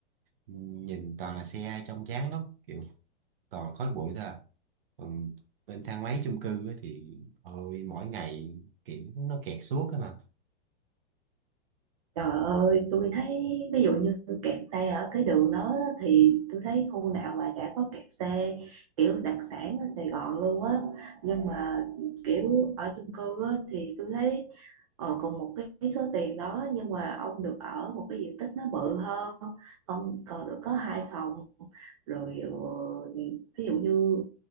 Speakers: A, on the right; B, on the right.
A: nhìn toàn là xe trông chán lắm kiểu toàn khói bụi thôi à. còn bên thang máy chung cư á thì ôi mỗi ngày kiểu nó kẹt suốt á mà
B: Trời ơi, tôi thấy ví dụ như kẹt xe ở cái đường đó thì tôi thấy khu nào mà chả có kẹt xe kiểu đặc sản ở Sài Gòn luôn á. Nhưng mà kiểu ở chung cư á, thì tôi thấy ờ, cùng một cái số tiền đó nhưng mà ông được ở một cái diện tích nó bự hơn ông còn được có hai phòng rồi ờ, ví dụ như